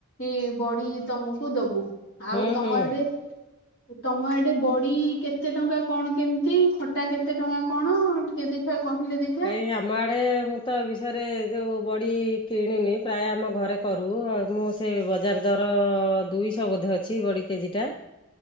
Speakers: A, on the left; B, on the left.
A: ଏ ବଡି ତମକୁ ଦବୁ। ଆଉ
B: ହୁଁ
A: ତମ
B: ହୁଁ।
A: ଆଡେ? ତମ ଆଡେ ବଡି କେତେ ଟଙ୍କା କଣ କେମିତି ଖଟା କେତେ ଟଙ୍କା କଣ? ଟିକେ ଦେଖିବା କିହିଲେ ଦେଖି?
B: କାଇଁ ଆମ ଆଡେ ମୁଁ ତ ଏ ବିଷୟରେ ଯୋଉ ବଡି କିଣୁନି ପ୍ରାୟ ଆମ ଘରେ କରୁ ଆଉ ମୁଁ ସେ ବଜାର ଦର ଦୁଇଶହ ବୋଧେ ଅଛି ବଡି କେଜି ଟା।